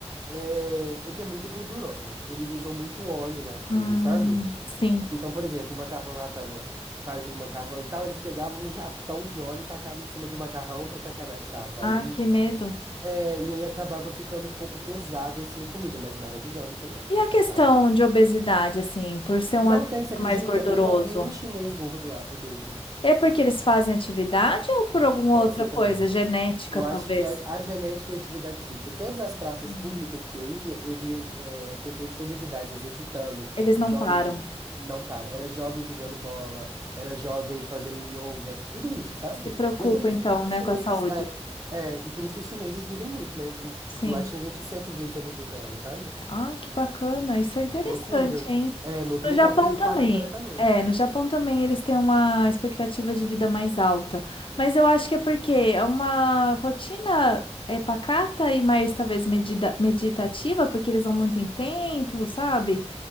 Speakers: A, on the right; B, on the left.
A: é, é que é muito gordurosa. Eles usam muito óleo nas coisas,
B: Hum,
A: sabe?
B: sim.
A: Então, por exemplo, o macarrão lá tava, fazia um macarrão e tal, eles pegavam um jatão de óleo e tacavam em cima do macarrão pra tacar na chapa.
B: Ah,
A: Aí
B: que medo.
A: É, e aí acabava ficando um pouco pesado assim a comida, mas maravilhosa também,
B: E a questão
A: sabe?
B: de obesidade, assim, por ser
A: Não
B: um alimento
A: tem, você acredita?
B: mais gorduroso?
A: Eu não vi um chinês gordo lá, obeso.
B: É porque eles fazem atividade ou por alguma
A: Pode
B: outra
A: ser
B: coisa,
A: também.
B: genética,
A: Eu
B: talvez?
A: acho que a, a genética e a atividade física. Todas as praças
B: Hum,
A: públicas que eu ia, eu via é, pessoas de todas as idades exercitando,
B: Eles não
A: jovens
B: param.
A: ju- não para, era jovem jogando bola, era jovem fazendo yoga, tudo isso, sabe?
B: Se preocupam,
A: E é por isso
B: então,
A: que os
B: né,
A: chineses,
B: com a saúde.
A: é, é, e por isso que os chineses vivem muito, né? E, Tipo,
B: Sim.
A: lá tinha gente de 120, trinta anos, sabe?
B: Ah, que bacana. Isso é interessante,
A: Loucura.
B: hein?
A: É muito
B: No
A: legal,
B: Japão
A: porque impacta
B: também.
A: diretamente.
B: É, no Japão também eles têm uma expectativa de vida mais alta. Mas eu acho que é porque é uma rotina é, pacata e mais talvez medida- meditativa, porque eles vão muito em templo, sabe?